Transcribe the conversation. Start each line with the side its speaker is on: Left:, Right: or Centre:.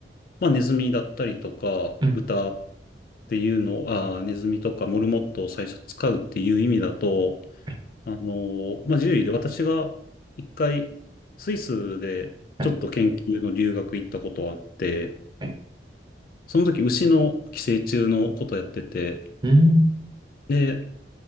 Left: まあ、ネズミだったりとか、
Right: うん。
Left: 豚っていうのを、あーネズミとかモルモットを最初使うっていう意味だと、
Right: はい
Left: あのーまあ、獣医で私が一回、スイスでちょっと研究の留学行ったことがあって、
Right: はいはい
Left: その時牛の寄生虫のことやってて、
Right: うん。
Left: で、